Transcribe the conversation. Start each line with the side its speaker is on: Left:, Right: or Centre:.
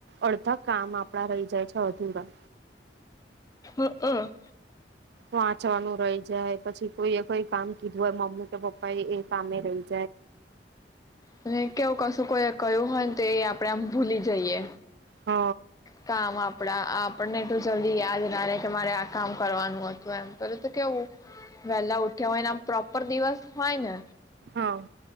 Right: અડધા કામ આપણા રહી જાય છે. અધુરા
Left: અ અ
Right: વાંચવાનું રહી જાય પછી કોઈએ કોઈ કામ કીધું હોય, મમ્મી કે પપ્પા એ કમે રહી જાય.
Left: હ અને કેવું કશું કોઈ કયું હોય ને તો એ આપડે એમ ભૂલી જઈએ.
Right: હ.
Left: કામ આપડા આપણને એટલું જલ્દી યાદ ના રય કે મારે આ કામ કરવાનું હતું એમ પે તો કેવું વહેલા ઉઠ્યા હોય ને આમ પ્રોપર દિવસ હોય ને
Right: હા.